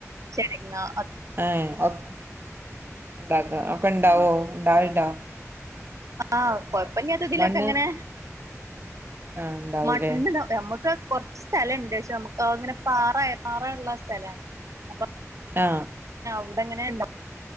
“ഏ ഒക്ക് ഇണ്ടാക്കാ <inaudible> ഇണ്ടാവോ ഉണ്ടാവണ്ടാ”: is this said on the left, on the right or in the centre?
Right